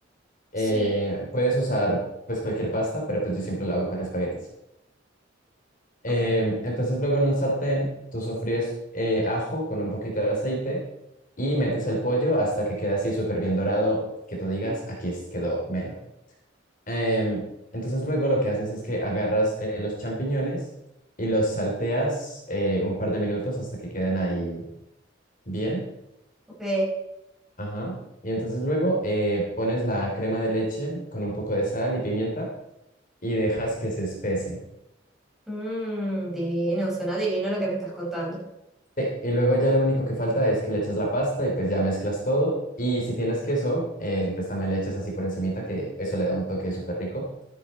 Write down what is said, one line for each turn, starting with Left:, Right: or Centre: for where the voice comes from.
Centre: Sí.
Left: Eh, puedes usar pues cualquier pasta, pero pues yo siempre lo hago con espaguetis. Em,
Centre: Ok,
Left: entonces luego en un sartén tú sofríes eh, ajo con un poquito de aceite y metes el pollo hasta que queda así súper bien dorado, que tú digas, aquí es- quedó melo. Em, entonces luego lo que haces es que agarras eh, los champiñones y los salteas eh, un par de minutos hasta que queden ahí bien.
Centre: ok.
Left: Ajá. Y entonces luego eh, pones la crema de leche con un poco de sal y pimienta y dejas que se espese.
Centre: Mm, divino, suena divino lo que me estás contando.
Left: Sí, Y luego ya lo único que falta es que le eches la pasta y pues ya mezclas todo. Y si tienes queso, eh, pues también le echas así por encimita, que eso le da un toque súper rico.